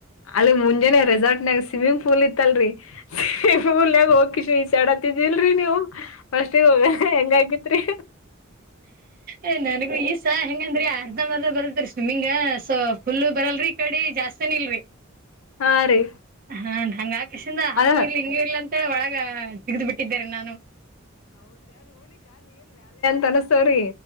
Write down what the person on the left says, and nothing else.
ಅಲ್ಲಿ ಮುಂಜಾನೆ ರೆಸಾರ್ಟ್ ಗ ಸ್ವಿಮ್ಮಿಂಗ್ ಪೂಲ್ ಇತ್ತಲ್ರಿ ಸ್ವಿಮಿಂಗ್ ಪೂಲ್ ಹೋಗಿ ಕಷಚಾಡತ್ತಿದಿಲ್ರರಿ ನೀವು ಫಸ್ಟ್ ಗೆ ಹೋಗ ಹೆಂಗಗತ್ರಿ
ಹಾ ರೀ
ಅದ
ತನಸ್ತೋರಿ